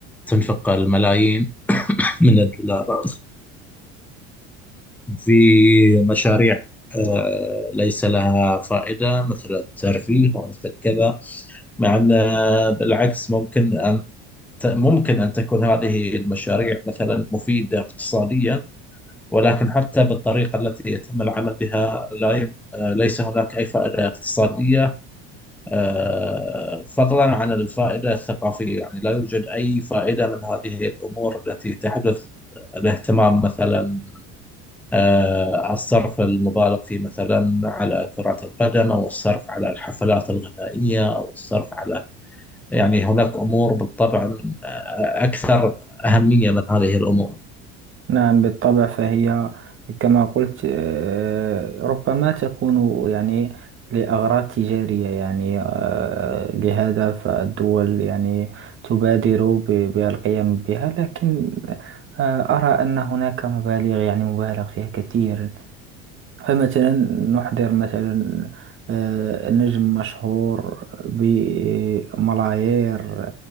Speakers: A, in the centre; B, on the right.
A: تنفق الملايين من الدولارات في مشاريع آه، ليس لها فائدة مثل الترفيه ومثل كذا مع أن آه، بالعكس ممكن أن ت- ممكن أن تكون هذه المشاريع مثلا مفيدة اقتصاديا ولكن حتى بالطريقة التي يتم العمل بها لا يم... آه، ليس هناك أي فائدة اقتصادية آه، فضلا عن الفائدة الثقافية يعني لا يوجد أي فائدة من هذه الأمور التي تحدث الاهتمام مثلا آه، الصرف المبالغ فيه مثلا على كرة القدم أو الصرف على الحفلات الغنائية أو الصرف على يعني هناك أمور بالطبع من- آه، أكثر أهمية من هذه الأمور
B: نعم بالطبع فهي كما قلت آه، ربما تكون يعني لأغراض تجارية يعني آه، لهذا فالدول يعني تبادر ب- بالقيام بها لكن آه، أرى أن هناك مبالغ يعني مبالغ فيها كثير فمثلا نحضر مثلا آه، نجم مشهور بملايير